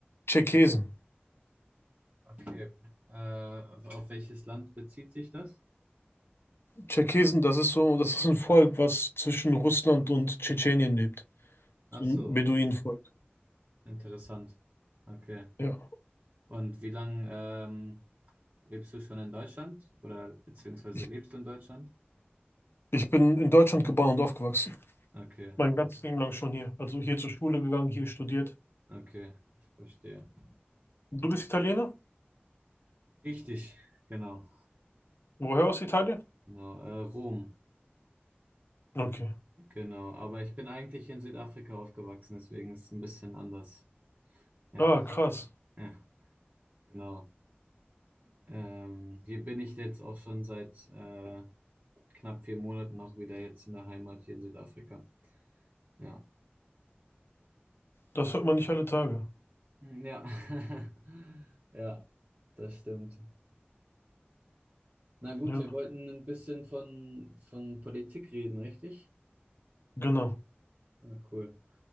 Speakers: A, on the left; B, on the right.
A: Tscherkesen.
B: Okay. Äh, auf, auf welches Land bezieht sich das?
A: Tscherkesen, das ist so, das ist ein Volk, was zwischen Russland und Tschetschenien lebt.
B: Ach
A: So
B: so,
A: ein Beduinenvolk.
B: interessant. Okay.
A: Ja.
B: Und wie lange ähm, lebst du schon in Deutschland? Oder beziehungsweise
A: Ich,
B: lebst du in Deutschland?
A: ich bin in Deutschland geboren und aufgewachsen.
B: Okay,
A: Mein ganzes Leben lang schon hier. Also hier zur Schule gegangen, hier studiert.
B: okay, verstehe.
A: Du bist Italiener?
B: Richtig, genau.
A: Woher aus Italien?
B: Genau, äh, Rom.
A: Okay.
B: Genau, aber ich bin eigentlich in Südafrika aufgewachsen, deswegen ist es ein bisschen anders. Ja,
A: Ah, krass.
B: ja, genau. Ähm, hier bin ich jetzt auch schon seit äh, knapp vier Monaten auch wieder jetzt in der Heimat hier in Südafrika. Ja,
A: Das hört man nicht alle Tage.
B: Hm, ja, <laughs> ja, das stimmt. Na gut,
A: Ja,
B: wir wollten ein bisschen von, von Politik reden, richtig?
A: genau.
B: Ah, cool.